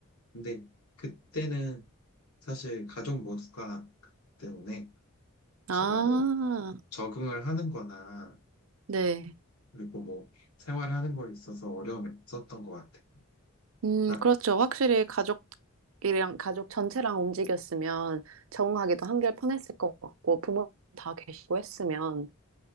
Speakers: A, on the left; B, on the right.
A: 근데 그때는 사실 가족 모두가 때문에
B: 아,
A: 제가 뭐 적응을 하는 거나
B: 네.
A: 그리고 뭐 생활하는 거에 있어서 어려움이 없었던 것 같아요.
B: 음,
A: 그러니까
B: 그렇죠. 확실히 가족이랑 가족 전체랑 움직였으면 적응하기도 한결 편했을 것 같고 부모 다 계시고 했으면